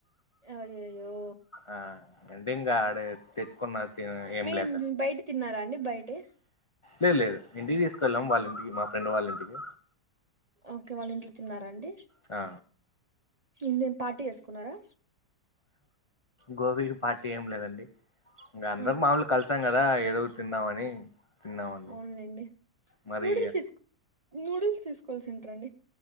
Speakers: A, on the right (about 35°); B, on the left (about 50°).
A: అ అయ్యయ్యో
B: ఆ అంటే ఇంకా అదే తెచ్చుకున్నా తిన్నా ఏం
A: మేం
B: లేక
A: బయట తిన్నారా అండి బయటే
B: లేదు లేదు ఇంటికి తీసుకెళ్ళాం వాళ్ళ ఇంటికి మా ఫ్రెండ్ వాళ్ళ ఇంటికి
A: ఓకే వాళ్ళ ఇంట్లో తిన్నారా అండి
B: ఆ
A: ఇంకేం పార్టీ చేసుకున్నారా
B: గోబీకి పార్టీ ఏం లేదండి ఇంకా అందరు
A: ఆ
B: మాములు కలిసాం కదా ఎదొ ఒకటి తిందామని తిన్నామండి
A: అవునులేండి
B: మరి
A: నూడిల్స్ తీసుకు నూడిల్స్ తీసుకోవాల్సి ఉంటారండి